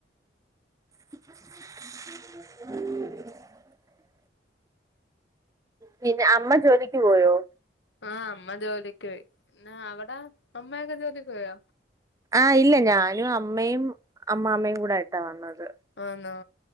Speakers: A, on the right; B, on the left.
A: <inaudible> പിന്നെ അമ്മ ജോലിക്ക് പോയോ?
B: ആഹ് അമ്മ ജോലിക്ക് പോയി എന്ന അവിടാ അമ്മയൊക്കെ ജോലിക്ക് പോയോ.
A: ആഹ് ഇല്ല ഞാനും അമ്മയും അമ്മാമ്മയും കൂടെ ഇട്ടാ വന്നത്.
B: ആണോ